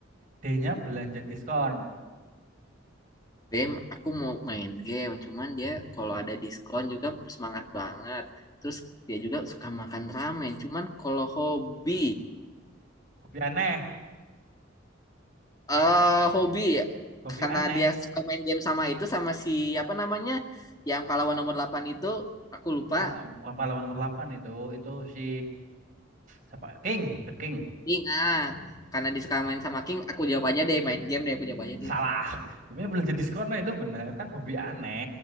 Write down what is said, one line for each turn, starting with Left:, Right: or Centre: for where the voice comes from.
Right: D-nya belanja diskon.
Left: Bem aku mau main game cuman dia kalau ada diskon juga semangat banget terus dia juga suka makan ramen cuman kalau hobi
Right: Hobi aneh.
Left: eh hobi
Right: Hobi
Left: karena
Right: aneh.
Left: dia suka main game sama itu sama si apa namanya yang pahlawan nomor 8 itu aku
Right: Bukan,
Left: lupa
Right: bukan pahlawan nomor 8 itu. Itu si siapa? King, The King.
Left: King ah karena dia suka main sama King aku jawab aja deh main game deh aku jawab aja deh
Right: Salah. Sebenarnya belanja diskonnya itu benar kan hobi aneh.